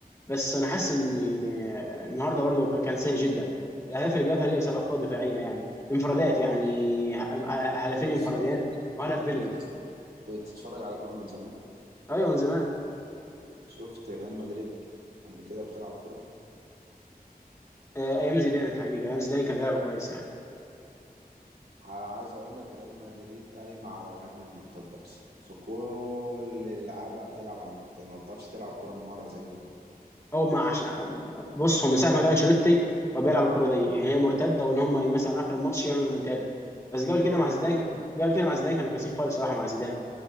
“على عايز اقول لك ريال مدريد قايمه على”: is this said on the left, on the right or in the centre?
Right